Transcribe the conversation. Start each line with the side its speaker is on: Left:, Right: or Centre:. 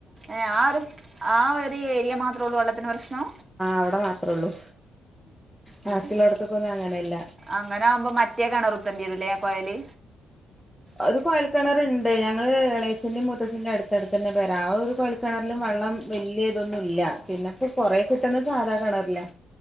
Right: ഏ ആ ഒരു ആ ഒരു ഏരിയ മാത്രം ഉള്ളൂ വള്ളത്തിന്ന് പ്രശ്നം
Centre: അവിടെമാത്രെ ഉള്ളൂ ബാക്കി
Right: ഏ.
Centre: ഉള്ളോട്ത്ത്ക്ക് ഒന്നും അങ്ങനെ ഇല്ല
Right: അങ്ങനെ ആകുമ്പോ മറ്റേ കെണറ് കുത്തണ്ടിവെരുല്ലെ ആ കൊയല്
Centre: ഒരു കോഴൽക്കിണർണ്ട് ഞങ്ങള് എളേച്ചന്റെറെയും മുത്തച്ഛൻന്റെയും അടുത്തടുത്ത് തന്നെ ആണ് പെര ആ ഒരു കൊയൽ കിണറിലും വെള്ളം വല്ല്യാഇതൊന്നും ഇല്ല പിന്നപ്പൊ കൊറെ കിട്ടണത് സാധാ കിണറിലാ